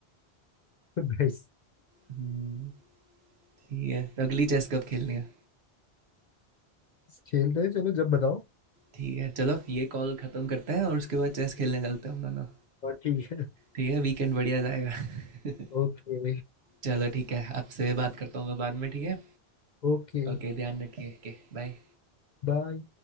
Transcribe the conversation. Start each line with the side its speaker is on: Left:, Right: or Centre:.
Left: नाइस
Right: हम्म, ठीक है तो अगली चेस कब खेलनी है
Left: खेलते हैं चलो जब बताओ
Right: ठीक है चलो ये कॉल ख़त्म करते हैं और उसके बाद चेस खेलने चलते हैं हम दोनों
Left: हाँ, ठीक है
Right: ठीक है वीकेंड बढ़िया जाएगा <laughs>
Left: ओके
Right: चलो ठीक है आपसे बात करता हूँ मैं बाद में ठीक है
Left: Okay
Right: ओके ध्यान रखिए ओके बाय
Left: bye